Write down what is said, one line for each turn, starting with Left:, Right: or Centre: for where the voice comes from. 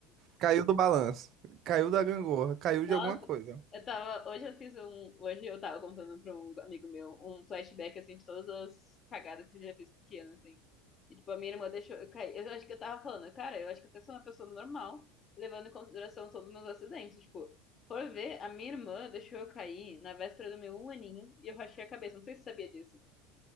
Right: Caiu do balanço. Caiu da gangorra. Caiu
Left: Nossa,
Right: de alguma coisa.
Left: eu tava. Hoje eu fiz um. Hoje eu tava contando pra um amigo meu um flashback assim de todas as cagadas que eu já fiz pequena, assim. E tipo, a minha irmã deixou eu cair. Eu acho que eu tava falando, cara, eu acho que até sou uma pessoa normal, levando em consideração todos os meus acidentes. Tipo, por ver, a minha irmã deixou eu cair na véspera do meu um aninho e eu rachei a cabeça. Não sei se você sabia disso.